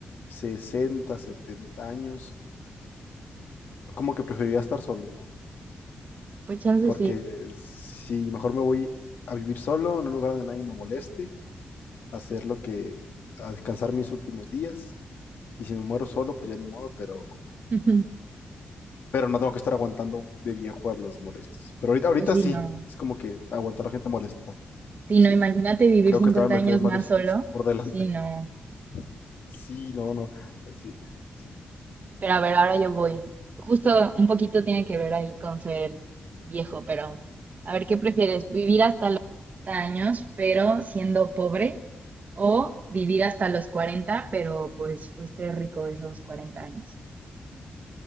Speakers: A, on the left (about 70°); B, on the right (about 50°).
A: 60 70 años, como que preferiría estar solo, ¿no?
B: Pues chance
A: Porque
B: sí.
A: si mejor me voy a vivir solo, en un lugar donde nadie me moleste, a hacer lo que, a descansar mis últimos días, y si me muero solo, pues ya ni modo, pero,
B: <laughs>
A: pero no tengo que estar aguantando de viejo a los molestos. Pero ahorita, ahorita
B: Pues sí,
A: sí,
B: no.
A: es como que aguantar a gente molesta,
B: Sí,
A: sí.
B: no, imagínate vivir
A: Creo
B: 50
A: que todavía
B: años
A: me quedan
B: más
A: varios
B: solo.
A: años por delante.
B: Sí, no.
A: <laughs> Sí, no, no, sí, sí.
B: Pero a ver, ahora yo voy. Justo un poquito tiene que ver ahí con ser viejo, pero a ver, ¿qué prefieres? ¿Vivir hasta los 40 años, pero siendo pobre? ¿O vivir hasta los cuarenta pero pues fuiste rico esos 40 años?